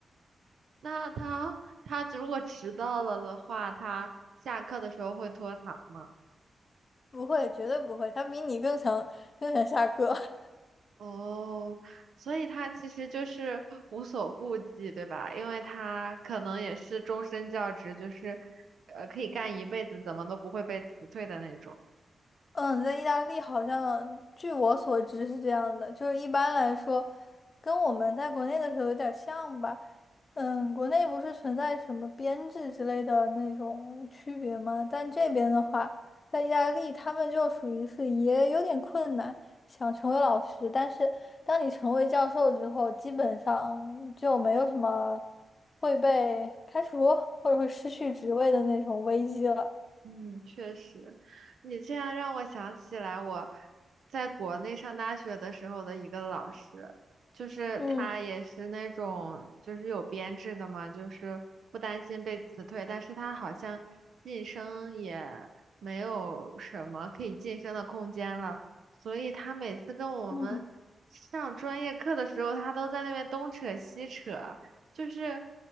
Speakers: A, on the right (about 70°); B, on the left (about 35°).
A: 那他他如果迟到了的话，他下课的时候会拖堂吗？
B: 不会，绝对不会，他比你更想更想下课。<laughs>
A: 哦，所以他其实就是无所顾忌，对吧？因为他可能也是终身教职，就是呃可以干一辈子，怎么都不会被辞退的那种。
B: 嗯，在意大利好像据我所知是这样的，就是一般来说，跟我们在国内的时候有点像吧。嗯，国内不是存在什么编制之类的那种区别吗？但这边的话，在意大利他们就属于是也有点困难，想成为老师，但是当你成为教授之后，基本上就没有什么会被开除或者会失去职位的那种危机了。
A: 嗯，确实，你这样让我想起来我在国内上大学的时候的一个老师，就是他也是那种就是有编制的嘛，
B: 嗯
A: 就是不担心被辞退，但是他好像晋升也没有什么可以晋升的空间了，所以他每次跟我们上专业课的时候，
B: 嗯。
A: 他都在那边东扯西扯。就是